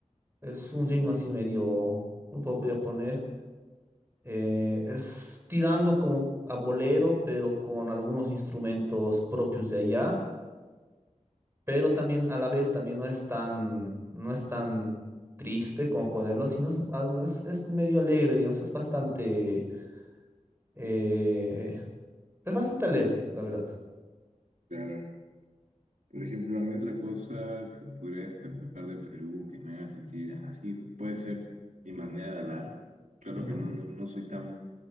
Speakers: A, on the right; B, on the right.
A: Es
B: Mm.
A: un ritmo así medio, ¿cómo podría poner? Eh, es tirando como a bolero, pero con algunos instrumentos propios de allá. pero también a la vez también no es tan, no es tan triste como ponerlo, sino es, algo- es, es medio alegre, digamos, es bastante, eh, es bastante alegre, la verdad.
B: Claro. Por ejemplo, a mí otra cosa que podría destacar de Perú que me haga sentir así puede ser mi manera de hablar. Claro
A: Ujú,
B: que no, no, no soy tan,